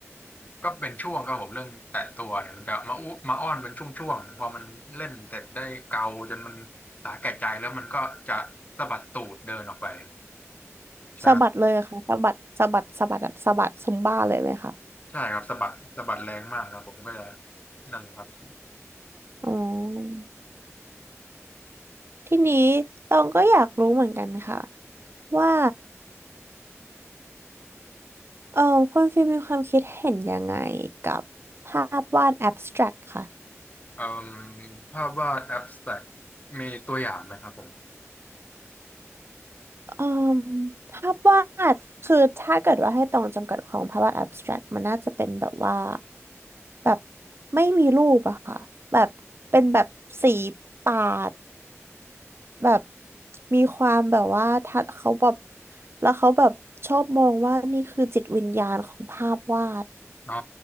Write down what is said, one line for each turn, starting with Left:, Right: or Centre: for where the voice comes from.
Left: ก็เป็นช่วงครับผมเรื่องแตะตัวเนี่ยมันจะมาอุมาอ้อนเป็นช่วงๆพอมันเล่นเสร็จได้เกาจนมันสาแก่ใจแล้วมันก็จะสะบัดตูดเดินออกไปใช่
Right: สะบัดเลยค่ะสะบัดสะบัดสะบัดอะสะบัดซุมบ้าเลยไหมคะ
Left: ใช่ครับสะบัดสะบัดแรงมากครับผมก็จะนั่นแหละครับ
Right: อ๋อทีนี้ตองก็อยากรู้เหมือนกันค่ะว่าเออคุณฟิลมมีความคิดเห็นยังไงกับภาพวาดแอบสแตรกค่ะ
Left: เอ่มภาพวาดแอบสแต็กมีตัวอย่างไหมครับผม
Right: อืมภาพวาดคือถ้าเกิดว่าให้ตรงจำกัดของภาพวาด abstract มันน่าจะเป็นแบบว่าแบบไม่มีรูปอะค่ะแบบเป็นแบบสีปาดแบบมีความแบบว่าทัดเขาแบบแล้วเขาแบบชอบมองว่านี่คือจิตวิญญาณของภาพวาด
Left: อ๋อ